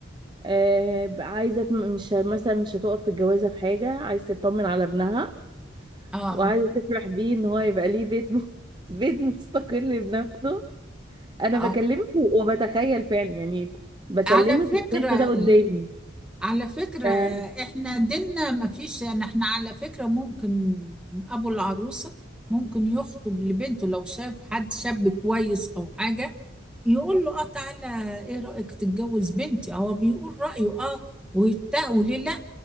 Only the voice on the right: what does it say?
آه، عايزة تم- مش ه- مثلا مش هتقف في الجوازة في حاجة عايزة تطمن على ابنها
وعايزة تفرح بيه ان هو يبقى ليه بيت م... <laughs> بيت مستقل بنفسه انا
بكلمك و- وبتخيل فعلا يعني بكلمك
وشايفة ده قدامي
ف-